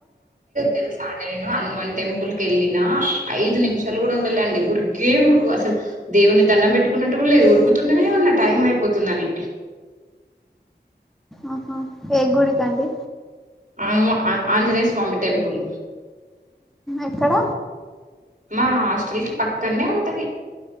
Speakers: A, on the right (about 45°); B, in the centre.
A: తెలుసా అండి నేను హనుమాన్ టెంపుల్ క్ వెళ్ళిన ఐదు నిమిషాలు కూడా ఉండలే అండి ఉరికే ఉరుకు అసలు. దేవున్ని దండం పెట్టుకున్నట్టు కుడ లేదు ఉరుకుతుందనే అన్న టైం అయిపోతుందని.
B: ఆహ ఏ గుడికాండి
A: అవ్ ఆంజనేయ స్వామి టెంపుిల్
B: ఎక్కడ
A: మా హాస్టల్ కి పక్కనే ఉంటది